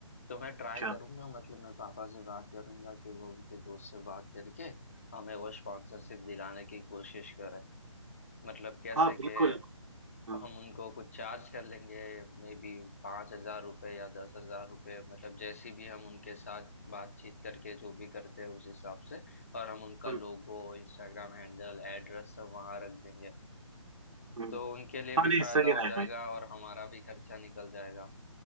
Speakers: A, on the left; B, on the right.
A: तो मैं ट्राई
B: अच्छा
A: करूंगा मतलब मैं पापा से बात करूंगा कि वो उनके दोस्त से बात करके हमें वो स्पॉन्सरशिप दिलाने की कोशिश करें मतलब कैसे
B: हाँ बिल्कुल
A: कि
B: हम्म
A: हम उनको कुछ चार्ज कर लेंगे मे बी पाँच हजार रुपये या दस हजार रुपये मतलब जैसी भी हम उनके साथ बातचीत करके जो भी करते हैं उस हिसाब से और हम उनका
B: हम्म,
A: लोगो इंस्टाग्राम हैंडल एड्रेस सब वहाँ रख देंगे
B: हम्म।
A: तो उनके लिए
B: हाँ
A: भी
B: नहीं
A: फायदा
B: सही रहेगा
A: हो जाएगा
B: ये।
A: और हमारा भी खर्चा निकल जाएगा